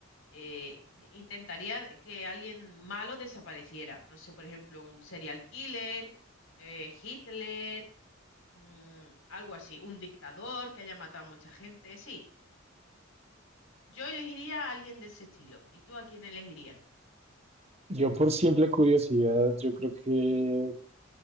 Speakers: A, on the left; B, on the right.
A: eh, d- intentaría que alguien malo desapareciera. No sé, por ejemplo, un serial killer, eh, Hitler, mm, algo así, un dictador que haya matado a mucha gente. Sí, yo elegiría a alguien de ese estilo. ¿Y tú a quién elegirías?
B: Yo por simple curiosidad, yo creo que